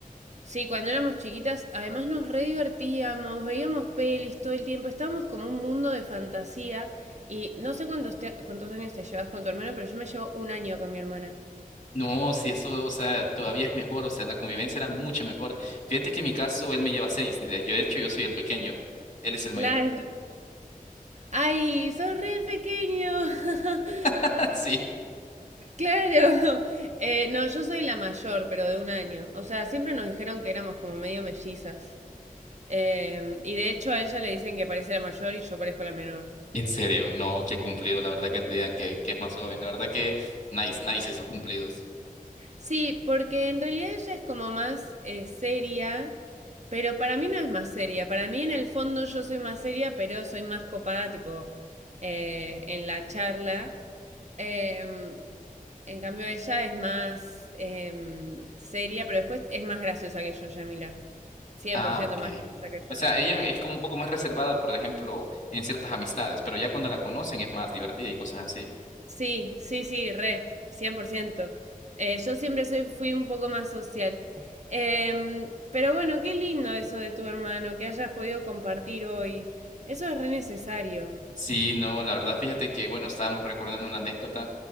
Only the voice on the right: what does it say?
sí, cuando éramos chiquitas, además nos re divertíamos, veíamos pelis todo el tiempo, estábamos como un mundo de fantasía. Y no sé cuántos, te- cuántos años te llevas con tu hermano, pero yo me llevo un año con mi hermana.
Claro.
Ay, sos re pequeño. <laughs>
Claro. <laughs> Eh, no, yo soy la mayor, pero de un año. O sea, siempre nos dijeron que éramos como medio mellizas. Eh, y de hecho a ella le dicen que parece la mayor y yo parezco la menor.
Sí, porque en realidad ella es como más eh, seria, pero para mí no es más seria. Para mí en el fondo yo soy más seria, pero soy más copada, tipo, eh, en la charla. Em, en cambio ella es más em, seria, pero después es más graciosa que yo, Yamila. cien
por ciento
más graciosa que yo.
Sí, sí, sí, re, 100%. Eh, yo siempre soy, fui un poco más social. Em, pero bueno, qué lindo eso de tu hermano, que hayas podido compartir hoy. Eso es re necesario.